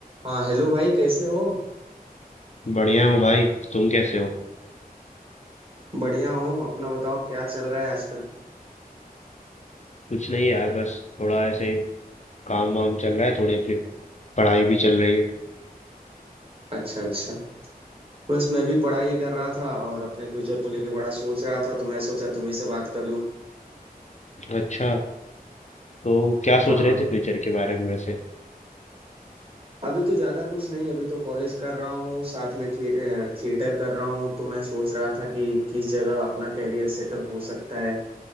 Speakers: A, on the right; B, on the left.
A: हाँ हेलो भाई कैसे हो
B: बढ़िया हूँ भाई तुम कैसे हो
A: बढ़िया हो अपना बताओ क्या चल रहा है आजकल
B: कुछ नहीं यार बस थोड़ा ऐसे काम वाम चल रहा है थोड़ी अपनी पढ़ाई भी चल रही है
A: अच्छा अच्छा बस मैं भी पढ़ाई कर रहा था और अपने फ्यूचर को लेके बड़ा सोच रहा था तो मैं सोचा तुम्ही से बात कर लूं
B: अच्छा तो क्या सोच
A: हाँ
B: रहे थे फ्यूचर के बारे में वैसे
A: अभी तो ज़्यादा कुछ नहीं अभी तो कॉलेज कर रहा हूँ साथ में थिए, अ, थिएटर कर रहा हूँ तो मैं सोच रहा था कि किस जगह अपना कैरियर सेटल हो सकता है